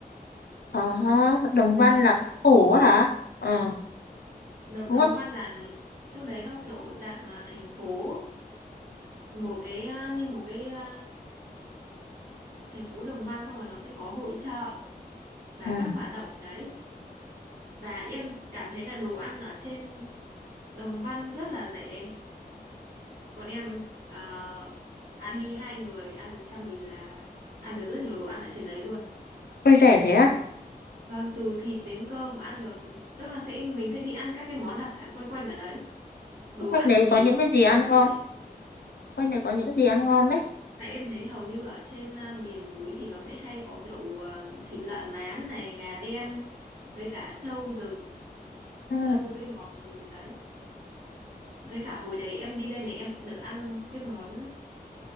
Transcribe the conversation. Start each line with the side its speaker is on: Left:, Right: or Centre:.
Left: Ờ, Đồng Văn
Right: Vâng.
Left: là phủ á hả? Ờ,
Right: Đồng
Left: đúng
Right: Đồng
Left: không?
Right: Văn là nó- chỗ đấy nó kiểu dạng là thành phố một cái ờ, như một cái ờ, thành phố Đồng Văn xong rồi nó sẽ có hội chợ và
Left: Ừ.
Right: các hoạt động ở đấy và em cảm thấy là đồ ăn ở trên Đồng Văn rất là rẻ bọn em ờ, ăn đi hai người ăn một trăm nghìn là ăn được rất nhiều đồ ăn ở trên đấy luôn
Left: Quê rẻ thế á?
Right: Vâng, từ thịt đến cơm ăn được, tức là sẽ mình sẽ đi ăn các cái món đặc sản quanh quanh ở đấy, đồ
Left: Quanh
Right: ăn
Left: đấy
Right: rồi
Left: có những
Right: nước
Left: cái
Right: các
Left: gì ăn
Right: thứ rất là
Left: ngon?
Right: rẻ.
Left: Quanh đấy có những cái gì ăn ngon đấy?
Right: Tại em thấy hầu như ở trên à, miền núi thì nó sẽ hay có kiểu à, thịt lợn mán này, gà đen với cả trâu rừng,
Left: Ừ.
Right: trâu với bò rừng đấy. Với cả hồi đấy em đi lên này em sẽ được ăn cái món